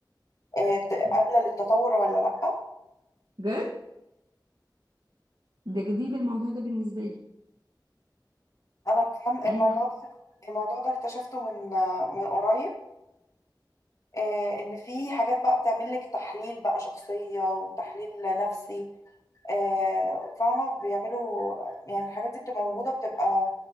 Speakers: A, on the left (about 45°); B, on the right (about 75°).
A: آه، ت- قابلة للتطور ولا لأ
B: بجد ده جديد الموضوع ده بالنسبه لي
A: أنا كم الموضوع
B: يعني ما-
A: ده الموضوع ده اكتشفته من آه، من قريب آه، إن في حاجات بقى بتعمل لك تحليل بقى شخصية وتحليل نفسي آه، فاهمة بيعملوا يعني الحاجات دي بتبقى موجودة بتبقى